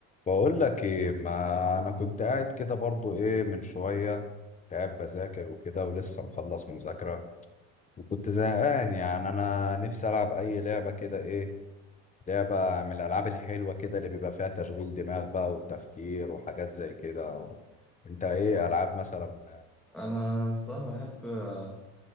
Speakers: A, on the left; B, in the centre.
A: بقول لك ايه ما انا كنت قاعد كده برضو ايه من شويه كنت قاعد بذاكر وكده ولسه مخلص مذاكره وكنت زهقان يعني انا نفسي العب اي لعبه كده ايه لعبه من الالعاب الحلوه كده اللي بيبقى فيها تشغيل دماغ بقى وتفكير وحاجات زي كده انت ايه العاب مثلا
B: انا الصراحه بحب آه،